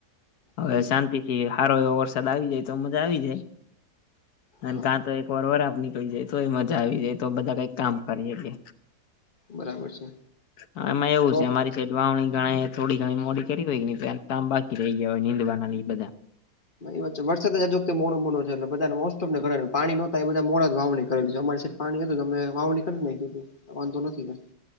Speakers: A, on the left (about 70°); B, on the left (about 35°).
A: હવે
B: હમ
A: શાંતિથી સારો એવો વરસાદ આવી જાય તો મજા આવી જાય. અને
B: હા
A: કાં તો એક વાર વરાબ નીકળી જાય તો મજા આવી જાય તો બધા કઈક કામ કરી હકે.
B: બરાબર છે.
A: હા એમાં એવું
B: તો
A: છે અમારી છેડ વાવણી ઘણા થોડી ઘણી મોડી કરી હોય તો એ કામ બાકી રહી ગયા હોય નીંદવાનાની બધા
B: એ વાત છે વરસાદ જ આજ વક્તે મોડો મોડો છે એટલે બા મોસ્ટને ઘ પાણી નોતા એ બધા મોડા જ વાવણી કરેલી છે અમારી પાણી હતું તમે વાવણી કર નાખી તી નીકળ વાંધો નથી ભાઈ.